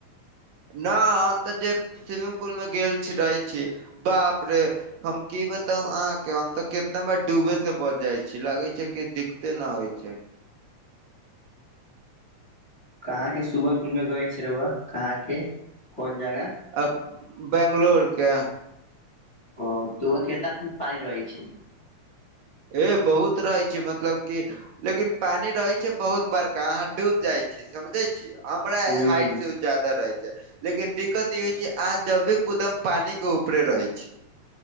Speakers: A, on the right; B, on the left.
A: नऽ हम तऽ जे स्विमिंग पुल में गेल छी रहे छी बाप रे हम की बताउ अहाँ के हम तऽ कितना बार डूबे से बच जाइ छी। लागे छै कि दिक्कते न होय छै।
B: कहाँ के स्विमंगपुल में गय छै रउवा कहाँ के कोन जगह
A: आ बैंगलोर के
B: ओ तऽ उहा केतना फीट पानी रहै छै।
A: ए बहुत रहै छै। मतलब कि लेकिन पानी रहे छै बहुत बरका अहाँ डूब जाय छी समझय छि हमरा
B: ह
A: हाइट से ऊऽ जादा रहै छै। लेकिन दिक्कत ई होय छै अहा जबे कुदम पानी के ऊपरे रहे छी।